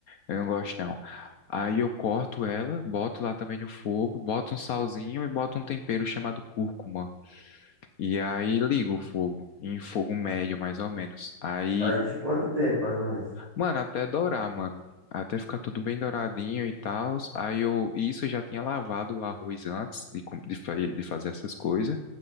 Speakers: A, on the left; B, on the right.
A: Eu não gosto, não. Aí eu corto ela, boto lá também no fogo, boto um salzinho e boto um tempero chamado cúrcuma. E aí ligo o fogo, em fogo médio mais ou menos. Aí,
B: Aí deixa quanto tempo, mais ou menos?
A: mano, até dourar, mano. Até ficar tudo bem douradinho e tal. Aí eu, isso eu já tinha lavado o arroz antes de, com- de fa- de fazer essas coisas,